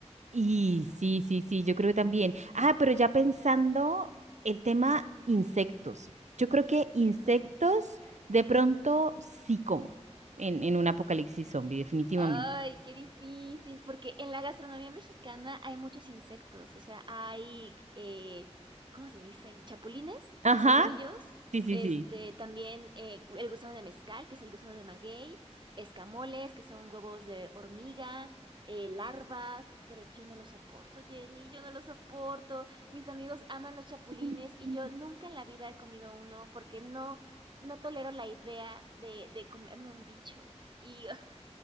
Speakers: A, on the right (about 80°); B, on the right (about 40°).
A: Y sí, sí, sí, yo creo que también. Ah, pero ya pensando el tema insectos. Yo creo que insectos
B: Jole.
A: de pronto sí como en, en un apocalipsis zombie, definitivamente.
B: Ay, qué difícil, porque en la gastronomía mexicana hay muchos insectos, o sea, hay, eh, ¿cómo se le dicen? Chapulines,
A: Ajá,
B: que son grillos,
A: sí, sí,
B: este,
A: sí.
B: también eh, el gusano de mezcal, que es el gusano de maguey, escamoles, que son huevos de hormiga, eh, larvas, pero yo no lo soporto, Jenny, yo no lo soporto. Mis amigos aman los chapulines
A: Ujú.
B: y yo nunca en la vida he comido uno porque no, no tolero la idea de, de comerme un bicho. <laughs>